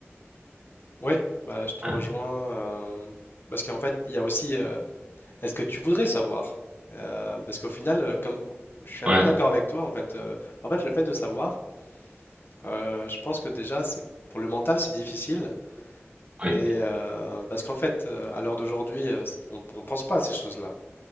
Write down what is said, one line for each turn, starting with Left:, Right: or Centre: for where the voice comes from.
Left: Oui, bah, je te
Right: Hein.
Left: rejoins euh, parce qu'en fait, il y a aussi euh, est-ce que tu voudrais savoir? Euh, parce qu'au final, euh, comme je suis un
Right: Ouais,
Left: peu d'accord avec toi, en fait, euh, en fait, le fait de savoir, euh, je pense que déjà, c'est pour le mental, c'est difficile.
Right: ouais,
Left: Et euh, parce qu'en fait, euh, à l'heure d'aujourd'hui, euh, on ne pense pas à ces choses-là.